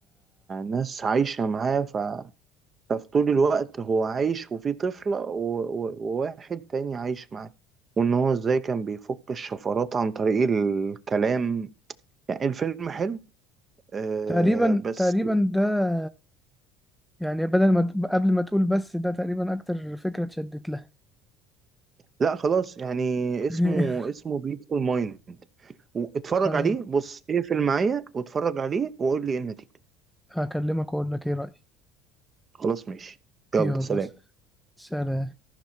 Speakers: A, on the right; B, in the centre.
A: ناس عايشه معاه ففي طول الوقت هو عايش وفي طفلة و- و- وواحد تاني عايش معاه وإن هو إزاي كان بيفك الشفرات عن طريق الكلام يعني الفيلم حلو آه
B: تقريبا
A: بس
B: تقريبا ده يعني بدل ما ت- قبل ما تقول بس ده تقريبا اكتر فكرة اتشدت لها
A: لا خلاص يعني اسمه
B: <laughs>
A: اسمه بيوتفul مايند واتفرج
B: خلاص
A: عليه بص اقفل معايا واتفرج عليه وقول لي ايه النتيجة
B: هكلمك واقول لك ايه رأيي
A: خلاص ماشي يلا
B: يلا
A: سلام
B: سلام